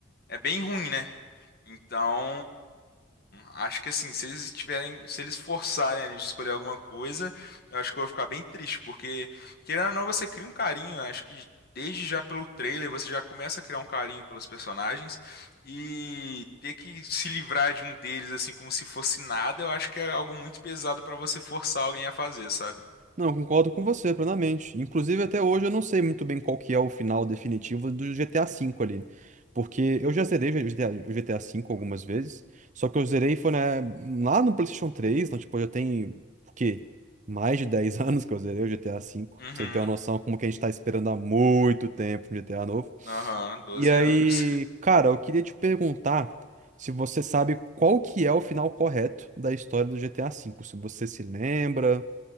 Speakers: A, on the left; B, on the right.
A: é bem ruim, né? Então, acho que assim, se eles tiverem, se eles forçarem a gente a escolher alguma coisa, eu acho que eu vou ficar bem triste, porque querendo ou não, você cria um carinho, eu acho que desde já pelo trailer você já começa a criar um carinho pelos personagens e ter que se livrar de um deles assim como se fosse nada, eu acho que é algo muito pesado pra você forçar alguém a fazer, sabe?
B: Não, concordo com você plenamente. Inclusive, até hoje eu não sei muito bem qual que é o final definitivo do GTA V ali. Porque eu já zerei o GTA, o GTA V algumas vezes. Só que eu zerei foi na- lá no PlayStation 3, então, tipo, já tem, o quê? Mais de 10 <laughs> anos que eu zerei o GTA V. Pra
A: Uhum.
B: você ter uma noção como que a gente tá esperando há muito tempo um GTA novo.
A: Aham, 12
B: E aí,
A: anos. <laughs>
B: cara, eu queria te perguntar se você sabe qual que é o final correto da história do GTA V. Se você se lembra.